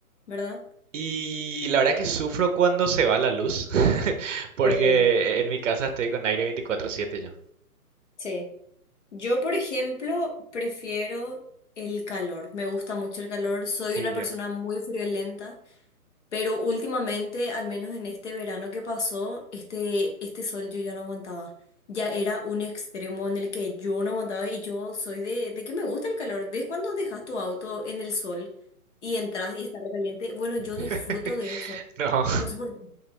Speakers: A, on the left; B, on the right.
A: ¿verdad?
B: Y la verdad que sufro cuando se va la luz, <laughs> porque
A: Eh,
B: en mi casa estoy con aire 24/7 yo.
A: sí. Yo, por ejemplo, prefiero el calor. Me gusta mucho el calor. Soy
B: ¿Serio?
A: una persona muy friolenta. Pero últimamente, al menos en este verano que pasó, este, este sol yo ya no aguantaba. Ya era un extremo en el que yo no aguantaba y yo soy de, de que me gusta el calor. ¿Ves cuando dejas tu auto en el sol y entras y está recaliente? Bueno, yo
B: <laughs>
A: disfruto de eso.
B: No,
A: No sé por qué.